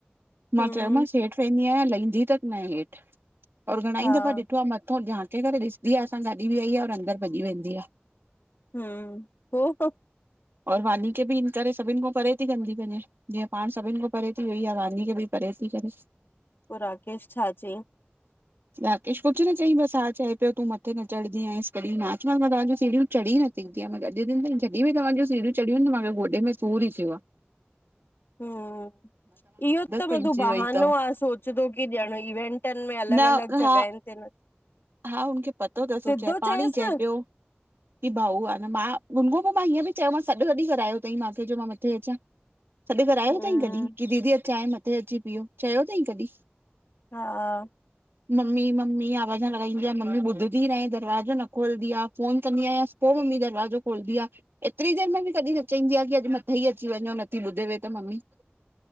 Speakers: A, on the right; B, on the left.
A: मां
B: हम्म
A: चयोमांसि हेठि वेंदी आयां लहंदी तक न आए हेठ। और घणा
B: हा
A: ई दफ़ा ॾिठो आ मथों झांके करे ॾिसदी आ असां ॻाॾी बि आई आ और अंदरि भॼी वेंदी आ।
B: हूं ह पो
A: और वानी खेे बि हिन करे सभिनि खों परे ती कंदी वञे। जीअं पाण सभिनि खां परे थी वई आ, वानी खे भई परे थी करे।
B: पो राकेश छा चयईं
A: राकेश कुझु न चई बसि हा चए पियो तू मथे न चढ़दी आईं कॾहिं माचो मां तव्हांजूं सीड़ियूं चढ़ी न <unintelligible> जॾीं बि तव्हांजूं सीढियूं चढ़ियूं आहिनि त मूंखे गोॾे में सूर थीयो आ
B: हूं इहो त
A: पइजी
B: मधू बहानो
A: वई अथव
B: आ सो सदो की ॼियण इवेंटन में अलॻि
A: न
B: अलॻि जॻहनि
A: हा
B: ते न
A: हा हुनखे पतो तस
B: सिधो
A: हो चे पाणी
B: चयसि
A: चए
B: न
A: पियो। की भाऊ आ न मां गुनपो मां हीअं बि चयोमस सॾु कॾी करायो थई मूंखे जो मां मथे अचां। सॾु करायो
B: हम्म
A: थईं कॾहिं की दीदी अचां मथे अची पियो चयो अथई कॾहिं।
B: हा,
A: मम्मी मम्मी आवाज आवाज लॻाईंदी आं मम्मी ॿुधी नाहे दरवाजो न खोलदी आ फ़ोन कंदी आयां पो मम्मी दरवाजो खोलदी आ। एतिरी देर में बि कॾी न चईंदी आ की अॼु मथे ई अची वञो नथी ॿुधेव त मम्मी।